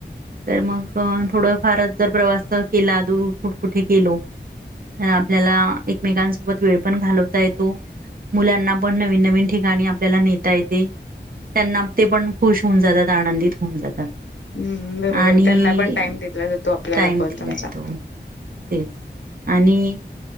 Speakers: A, on the right; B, on the left.
A: तर मग थोड फारच जर प्रवास केला. दूर कुठ कुठे गेलो तर आपल्याला एकमेकांसोबत वेळ पण घालवता येतो. मुलांना पण नवीन नवीन ठिकाणी आपल्याला नेता येते. त्यांना ते पण खुश होऊन जातात. आनंदित होऊन जातात.
B: हम्म बरोबर.
A: आणि
B: त्यांना पण टाइम देतला जातो. आपल्याला
A: टाइम
B: पण
A: दिलाय
B: त्या़ंनचा.
A: तो तेच. आणि